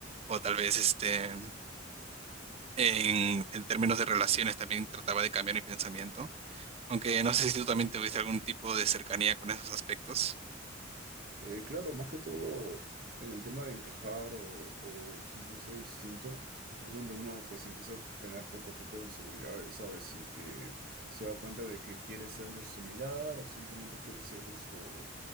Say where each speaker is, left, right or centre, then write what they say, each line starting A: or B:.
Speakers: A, on the right (about 30°); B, on the right (about 50°).
A: o tal vez, este, en, en términos de relaciones también trataba de cambiar mi pensamiento, aunque no sé si tú también tuviste algún tipo de cercanía con esos aspectos.
B: Eh, claro, más que todo en el tema de encajar o, o sentirse distinto, es donde uno pues empieza a tener poco a poco inseguridades, ¿sabes? Y que se da cuenta de que quiere ser similar o simplemente quiere ser esto,